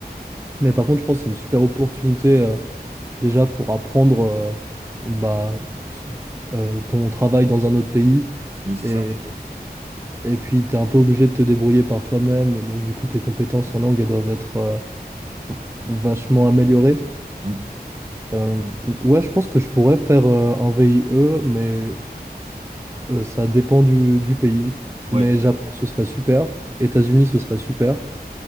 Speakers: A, on the right; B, on the right.
A: Mais par contre, je pense que c'est une super opportunité euh, déjà pour apprendre euh, bah, t- euh, ton travail dans un autre pays.
B: oui, c'est
A: Et,
B: ça.
A: et puis, tu es un peu obligé de te débrouiller par toi-même. Donc, du coup, tes compétences en langue, elles doivent être euh, vachement améliorées.
B: Mm.
A: Euh, donc, ouais, je pense que je pourrais faire euh, un VIE, mais euh, ça dépend du, du pays.
B: Ouais,
A: Mais Japon, ce serait super. États-Unis, ce serait super.